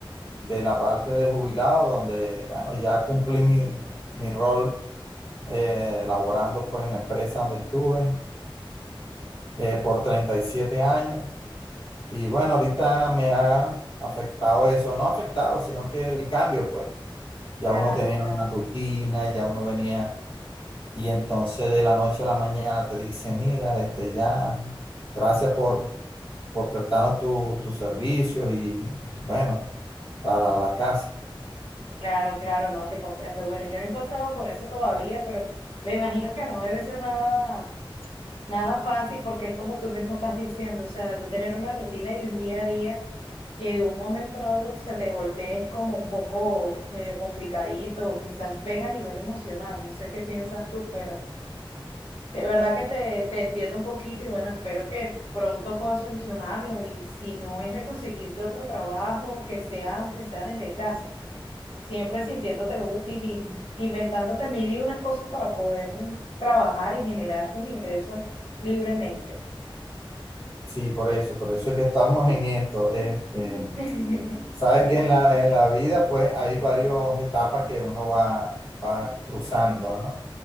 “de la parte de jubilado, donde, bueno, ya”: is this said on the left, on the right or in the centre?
Left